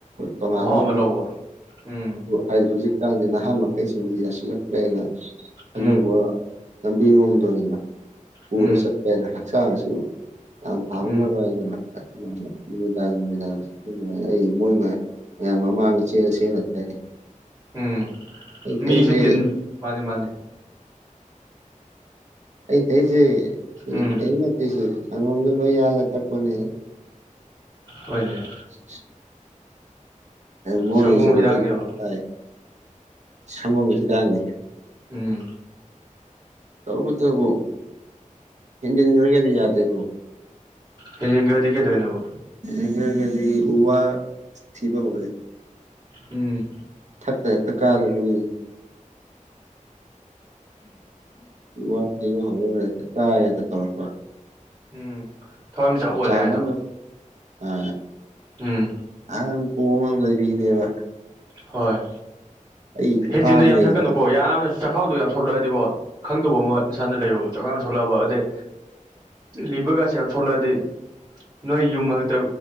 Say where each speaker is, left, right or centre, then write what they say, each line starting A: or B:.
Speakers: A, on the right; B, on the right.
A: ꯇꯣꯉꯥꯟꯕ
B: ꯃꯍꯥꯎ
A: ꯑꯃ
B: ꯂꯧꯕ ꯎꯝ
A: ꯍꯥꯏꯗꯤ ꯍꯧꯖꯤꯛ ꯍꯛꯆꯥꯡꯁꯦ ꯅꯍꯥ ꯃꯈꯀꯩꯁꯤꯡꯁꯤ ꯌꯥꯁꯤꯜꯂꯛꯇ꯭ꯔꯦꯅ
B: ꯎꯝ
A: ꯑꯅꯧꯕ ꯂꯝꯕꯤꯔꯣꯝꯗꯅꯤꯅ ꯄꯨꯔ
B: ꯎꯝ
A: ꯆꯠꯄ ꯍꯥꯏꯅ ꯍꯛꯆꯥꯡꯁꯨ ꯌꯥꯝ ꯐꯍꯧꯅꯕ
B: ꯎꯝ
A: ꯍꯥꯏꯗꯅ ꯑꯗꯨꯃꯥꯏꯅ ꯅꯨꯃꯤꯗꯥꯡ ꯅꯨꯃꯤꯗꯥꯡ ꯑꯗꯨꯃꯥꯏꯅ ꯑꯩ ꯃꯣꯏꯃ ꯃꯌꯥꯝ ꯃꯃꯥꯡꯗ ꯆꯦꯁ ꯉꯥꯛ ꯇꯅꯤ
B: ꯎꯝ ꯃꯤꯁꯨ
A: ꯊꯛꯏꯁꯦ
B: ꯇꯤꯟ ꯃꯥꯅꯤ ꯃꯥꯅꯤ
A: ꯑꯩ ꯊꯛꯏꯁꯦ ꯁꯤ
B: ꯎꯝ
A: ꯀꯩ ꯅꯠꯇꯦ ꯁꯤ ꯁꯪꯒꯣꯝꯗ ꯂꯣꯏ ꯌꯥꯜꯂ ꯊꯛꯄꯅꯦ
B: ꯍꯣꯏ ꯅꯦ
A: ꯎꯝ ꯃꯣꯏꯁꯨ
B: ꯁꯪꯒꯣꯝ ꯍꯤꯗꯥꯛꯅꯦꯕ
A: ꯑꯩꯥꯏ ꯁꯪꯉꯨꯒꯤ ꯍꯤꯗꯥꯛꯅꯤ
B: ꯎꯝ
A: ꯇꯧ ꯇꯕꯨ ꯍꯤꯟꯗꯤꯤꯟ ꯑꯣꯏꯔꯒꯦꯗꯤ ꯌꯥꯗꯦꯕꯣ
B: ꯍꯦꯖꯤꯤꯡꯒꯥꯔꯗꯤ ꯀꯩꯗꯣꯏꯅꯕꯣ
A: ꯏ ꯀꯗꯤ ꯎ ꯋꯥ ꯊꯤꯕ ꯍꯧꯔꯦ
B: ꯎꯝ
A: ꯊꯛꯇ ꯍꯦꯛꯇ ꯀꯥꯗꯕꯒꯤ ꯋꯥ ꯊꯦꯡꯕ ꯍꯧꯅꯔ ꯇꯥꯏꯔꯦ ꯇꯧꯔꯛꯄ
B: ꯎꯝ ꯊꯋꯥꯏ ꯃꯆꯥ ꯑꯣꯜꯂꯦ
A: ꯆꯥ
B: ꯍꯥꯏꯗꯣ
A: ꯀ ꯑ
B: ꯎꯝ
A: ꯑꯍ ꯄꯣꯡꯉ ꯑꯃ ꯂꯩꯕꯤꯅꯦꯕ
B: ꯍꯣꯏ
A: ꯑꯩ ꯈꯨꯀꯥ
B: ꯍꯦꯟꯖꯤꯟꯅ
A: ꯑꯃ
B: ꯌꯥꯝ
A: ꯂꯩꯌꯦꯕ
B: ꯊꯛꯀꯅꯨꯀꯣ ꯌꯥꯝꯅ ꯆꯥꯛꯈꯥꯎꯗꯣ ꯌꯥꯝ ꯁꯣꯜꯂꯛꯑꯗꯤꯀꯣ ꯈꯪꯗꯕ ꯑꯃ ꯅꯁꯥꯅ ꯂꯩꯔꯨꯕ ꯆꯥꯛꯈꯥꯎ ꯌꯥꯝ ꯁꯣꯛꯂꯛꯑꯕ ꯑꯗꯩ ꯂꯤꯕꯔꯒꯁꯤ ꯌꯥꯝ ꯁꯣꯂꯛꯑꯗꯤ ꯅꯣꯏ ꯌꯨꯝ ꯍꯛꯇ